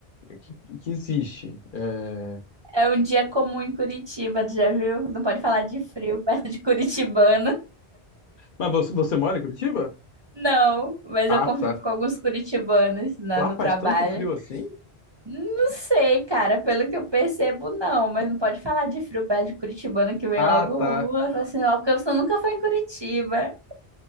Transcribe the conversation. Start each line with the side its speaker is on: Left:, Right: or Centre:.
Left: que, que existe. É,
Right: é um dia comum em Curitiba, tu já viu? Não pode falar de frio perto de Curitibano.
Left: Mas você, você mora em Curitiba?
Right: Não, mas
Left: Ah,
Right: eu convivo
Left: tá.
Right: com alguns curitibanos na-
Left: Lá
Right: no
Left: faz
Right: trabalho.
Left: tanto frio assim?
Right: Não sei, cara, pelo que eu percebo, não, mas não pode falar de frio perto de curitibano que vem
Left: Ah,
Right: logo
Left: tá.
Right: uma, fala assim, ó, porque você nunca foi em Curitiba.